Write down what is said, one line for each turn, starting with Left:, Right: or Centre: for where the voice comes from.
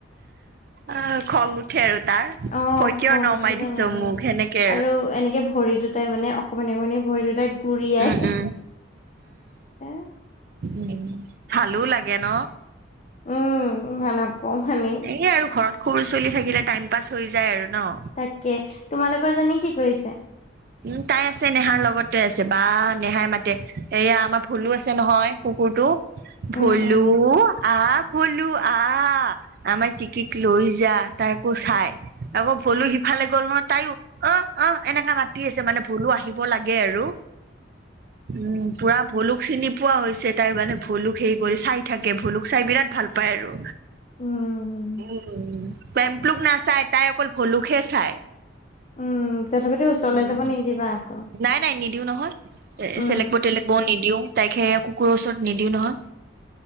Right: অ' খং উঠে আৰু তাৰ।
Left: অ'
Right: তই কিয়
Left: খং
Right: নমাই
Left: উঠিলে
Right: দিছ
Left: মাৰে,
Right: মোক সেনেকে
Left: আৰু এনেকে ভৰি দুটাই মানে অকমানি অকণি ভৰি দুটা এ, গুৰিয়াই
Right: উম, উম,
Left: <unintelligible>
Right: উম ভালো লাগে ন।
Left: উম, ইমান অকমানি।
Right: এই আৰু ঘৰত সৰু চলি থাকিলে টাইম পাছ হৈ যায় আৰু ন।
Left: তাকে, তোমালোকৰ জনী কি কৰিছে?
Right: উ তাই আছে নেহাৰ লগতে আছে, বা নেহাই মাতে এয়া আমাৰ ফুলো আছে নহয় কুকুৰটো। ভোলো,
Left: উম উম
Right: আহ ভলো আহ। আমাৰ চিকিক লৈ যা, তাই আকৌ চাই। আকৌ ভলো সিফালে গ'ল নহয় তাইও, অ' অ' এনেকে মাতি মাতি আছে মানে ভুলো আহিব লাগে আৰু, উম' পুৰা ভুলো চিনি পোৱা হৈছে তাই মানে ভোুলুক হেৰি কৰি চাই থাকে, ভুলুক চাই বিৰাট ভাল পায় আৰু।
Left: উম।
Right: উ পেম্প্লুক নাচাই, তাই অকল ভলুকে চাই।
Left: উম, তথাপিতো ওচৰলৈ
Right: উম।
Left: যাব নিদিবা আকৌ।
Right: নাই নাই নিদিওঁ নহয়। এ
Left: উম,
Right: চেলেক বৰ েলেক বৰ নিদিও তাইকে কুকুৰৰ ওচৰত নিদিও নহয়।